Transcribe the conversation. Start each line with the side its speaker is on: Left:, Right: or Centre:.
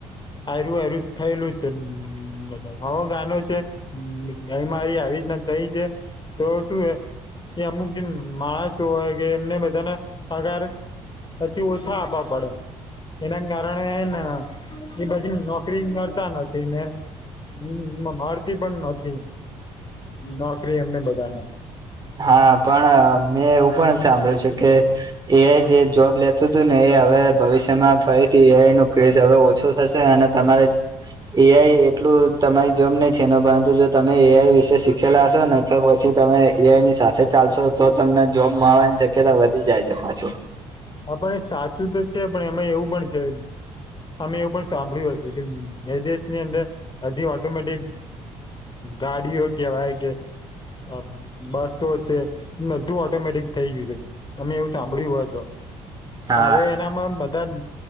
Left: આરું આરું થયેલું છે હો ગાનો છે અમારી આવે આવી રીતના થઈ છે તો શું હ એ અમુક જે માણસો હોય કે એમને બધાને આગાર પછી ઓછા આ પડે એના કારણેને એ પછી નોકરી કરતા નથી ને હમ મળરતી પણ નથી નોકરી એમને બધાને
Right: હા પણ મેં એવું પણ સાંભળ્યું છે કે એ જે જોબ લેતું હતું ને એ હવે ભવિષ્યમાં ફરીથી એઆઈ નું ક્રીઝ હવે ઓછો થશે અને તમારે એઆઈ એટલું તમારી જોબ નહી છે એ પરંતુ જો તમે એઆઈ વિશે શીખેલા હશો ને તો પછી તમે સીઆઈની સાથે ચાલશો તો તમને જોબ મળવાની શક્યતા વધી જાય છે પાછું
Left: હા પણ એ સાચું તો છે પણ એમાં એવું પણ છે અમે એવું પણ સાંભળ્યું હશે કે એ દેશની અંદર હધ ઓટોમેટિક ગાડીઓ કેવા કે હ બસો છે બધું ઓટોમેટિક થઈ ગયું છે તમે એવું સાંભળ્યું હોય તો
Right: હા
Left: હવે એનામાં બધા ધ